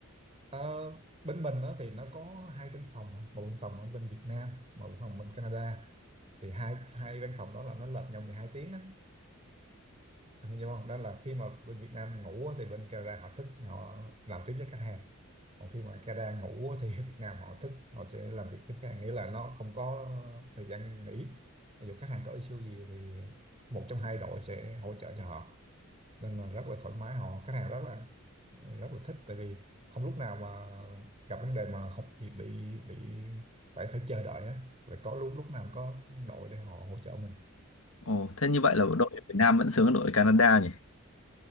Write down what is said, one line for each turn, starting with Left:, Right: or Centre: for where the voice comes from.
Right: Ờ, bên mình đó thì nó có hai văn phòng một văn phòng ở bên Việt Nam một văn phòng bên Canada thì hai hai văn phòng đó là nó lệch nhau 12 tiếng á hiểu không đó là khi mà bên Việt Nam ngủ á, thì bên Canada họ thức họ làm tiếp với khách hàng còn khi mà Canada ngủ á, thì <laughs> ở Việt Nam họ thức họ sẽ làm việc tiếp khách hàng nghĩa là nó không có thời gian nghỉ ví dụ khách hàng có issue gì thì một trong hai đội sẽ hỗ trợ cho họ nên là rất là thoải mái họ khách hàng rất là rất là thích tại vì không lúc nào mà gặp vấn đề mà không bị bị, bị phải phải chờ đợi á phải có lúc lúc nào có đội để họ hỗ trợ mình
Left: ồ thế như vậy là đội Việt Nam vẫn sướng hơn đội Canada nhỉ